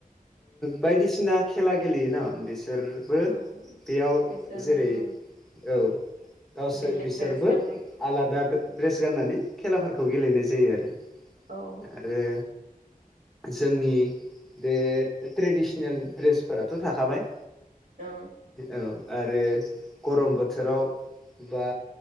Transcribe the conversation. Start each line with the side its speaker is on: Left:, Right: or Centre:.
Centre: बायदिसिना खेला गेलेयोना बेसोरबो
Right: ओं
Centre: बेयाव
Right: बिसोरनाबो
Centre: जेरै औ गावसोर
Right: बेलेग
Centre: बिसोरबो
Right: द्रेस गाननाय
Centre: आलादा ड्रेस गाननानै खेलाफोरखौ गेलेनाय जायो आरो
Right: औ ओं
Centre: आरो जोंनि बे ट्रेडिसनेल ड्रेसफोराथ' थाखाबाय
Right: औ
Centre: औ आरो गरम बोथोराव बा